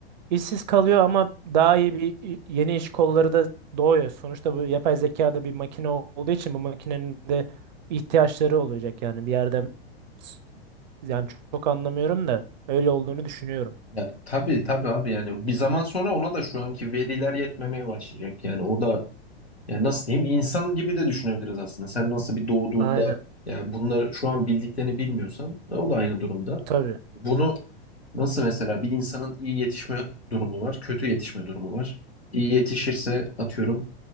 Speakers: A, on the right; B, on the left.
A: İşsiz kalıyor ama daha iyi bir i- yeni iş kolları da doğuyor. Sonuçta bu yapay zeka da bir makine olduğu için bu makinenin de ihtiyaçları olacak yani bir yerde s- yani çok anlamıyorum da öyle olduğunu düşünüyorum.
B: Ya tabii tabii abi yani bir zaman sonra ona da şu anki veriler yetmemeye başlayacak. Yani o da Yani nasıl diyeyim? İnsan gibi de düşünebiliriz aslında. Sen nasıl bir doğduğunda
A: Aynen.
B: yani bunları şu an bildiklerini bilmiyorsan e, o da aynı durumda.
A: Tabii.
B: Bunu nasıl mesela bir insanın iyi yetişme durumu var, kötü yetişme durumu var. İyi yetişirse atıyorum